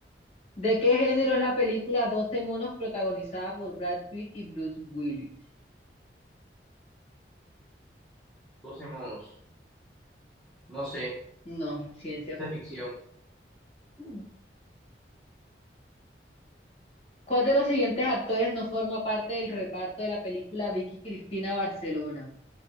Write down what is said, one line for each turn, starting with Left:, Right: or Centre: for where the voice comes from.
Left: ¿De qué género es la película Doce monos protagonizada por Brad Pitt y Bruce Willis?
Centre: 12 monos. No sé,
Left: No, ciencia
Centre: ciencia
Left: ficción.
Centre: ficción.
Left: Mm. ¿Cuál de los siguientes actores no forma parte del reparto de la película Vicky Cristina Barcelona?